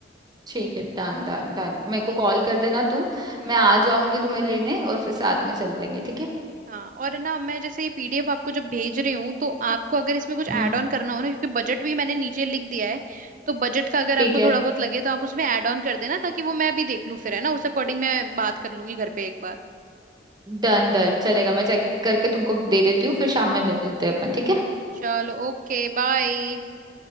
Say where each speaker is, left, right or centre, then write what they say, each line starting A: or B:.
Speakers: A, on the right; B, on the right.
A: ठीक है डन डन डन मेरे को
B: ठीक
A: कॉल
B: है
A: कर देना तुम
B: हम्म
A: मैं आ जाऊंगी तुम्हें लेने और फिर साथ
B: हम्म।
A: में चल लेंगे ठीक है
B: हाँ और है ना मैं जैसे ये पीडीएफ आपको जब भेज रही हूँ तो आपको अगर इसमें कुछ ऐड
A: हम्म
B: ऑन करना हो ना क्योंकि बजट भी मैंने नीचे लिख दिया है तो बजट का अगर
A: ठीक
B: आपको
A: है
B: थोड़ा बहुत लगे तो आप उसमें ऐड ऑन कर देना ताकि वो मैं भी देख लूँ फिर है ना उस अकॉर्डिंग मैं बात कर लूंगी घर पे एक बार
A: डन डन चलेगा मैं चेक करके तुमको दे देती हूँ फिर शाम में मिलते हैं अपन ठीक है
B: चलो ओके बाय